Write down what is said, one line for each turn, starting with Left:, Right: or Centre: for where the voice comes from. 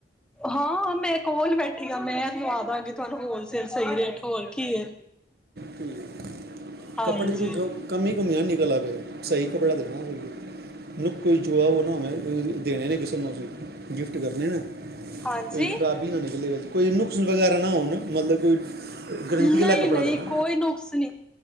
Centre: ਹਾਂ ਮੈਂ ਕੋਲ ਬੈਠੀ ਆ ਮੈਂ ਲਵਾ ਦਾਂਗੀ ਤੁਹਾਨੂੰ ਹੋਲਸੇਲ ਸਹੀ ਰੇਟ। ਹੋਰ ਕੀ ਏ।
Right: ਠੀਕ।
Centre: ਹਾਂਜੀ
Right: ਕੱਪੜੇ ਦੀ ਕਮੀ ਕਮੀ ਆ ਨਾ ਨਿਕਲ਼ ਆਵੇ ਸਹੀ ਕੱਪੜਾ ਦੇਣਾ। ਨੁੱਕ ਜੋਵਾ ਉਹ ਨਾ ਮੈਂ ਦੇਣੇ ਨੇ ਕਿਸੇ ਨੂੰ ਗਿਫ਼ਟ ਕਰਨੇ ਨੇ ਐ।
Centre: ਹਾਂਜੀ
Right: ਕੋਈ ਖ਼ਰਾਬੀ ਨਾ ਨਿਕਲੇ ਕੋਈ ਨੁਕਸ ਵਗੈਰਾ ਨਾ ਹੋਣ ਮਤਲਬ ਕੋਈ। ਗਰੰਟੀ
Centre: ਨਹੀਂ-ਨਹੀਂ।
Right: ਵਾਲਾ ਕੱਪੜਾ ਦੇਣਾ
Centre: ਕੋਈ ਨੁਕਸ ਨੀ।